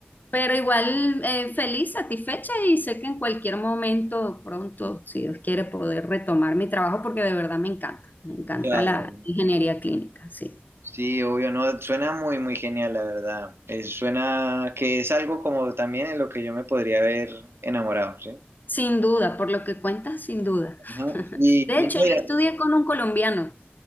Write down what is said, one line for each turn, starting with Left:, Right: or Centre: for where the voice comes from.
Left: Pero igual eh, feliz, satisfecha y sé que en cualquier momento, pronto, si Dios quiere, poder retomar mi trabajo porque de verdad me encanta, me encanta
Right: claro.
Left: la ingeniería clínica, sí.
Right: Sí, obvio, no, suena muy, muy genial, la verdad. Eh, suena que es algo como también en lo que yo me podría haber enamorado, ¿sí?
Left: Sin duda, por lo que cuentas, sin duda.
Right: Ajá,
Left: <laughs>
Right: Y,
Left: De
Right: y
Left: hecho,
Right: no, ya-
Left: yo estudié con un colombiano,